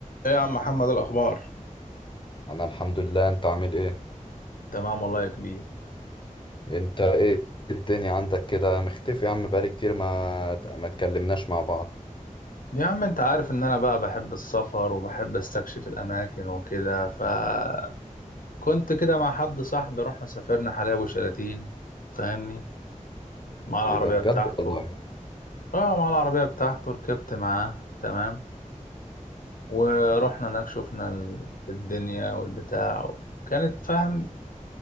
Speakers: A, on the left; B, on the left.
A: ايه يا عم محمد الاخبار
B: انا الحمد لله انت عامل ايه
A: تمام والله يا كبير
B: انت ايه الدنيا عندك كده مختفي يا عم بقالي كتير ما ما اتكلمناش مع بعض
A: يا عم انت عارف ان انا بقى بحب السفر وبحب استكشف الاماكن وكده فكنت كده مع حد صاحبي رحنا سافرنا حلايب وشلاتين فاهمني مع العربية
B: إيه ده بجد
A: بتاعته
B: والله
A: اه مع العربية بتاعته ركبت معاه تمام ورحنا هناك شفنا ال- الدنيا والبتاع كانت فاهم